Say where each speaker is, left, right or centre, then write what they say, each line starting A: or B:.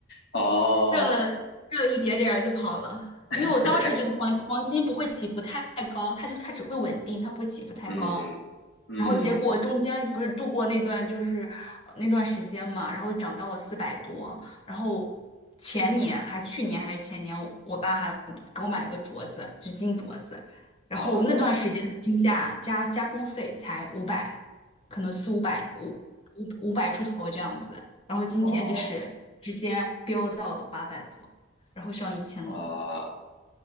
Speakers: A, on the left (about 60°); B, on the left (about 30°).
A: 哦，
B: 热了热了一点点儿就跑了，
A: <laughs>
B: 因为我当时觉得黄黄金不会起伏太高，它就它只会稳定，它不会起伏太高。
A: 嗯嗯
B: 然后结果中间不是度过那段就是呃那段时间嘛，然后涨到了四百多，然后前年还去年还是前年，我爸还给我买了个镯子，就金镯子，然后那段时间的金价加加工费才五百，
A: 哦
B: 可能四五百五五五百出头这样子，然后今天就是直接飙到了八百多，
A: 哦
B: 然后上一千了，
A: 哇，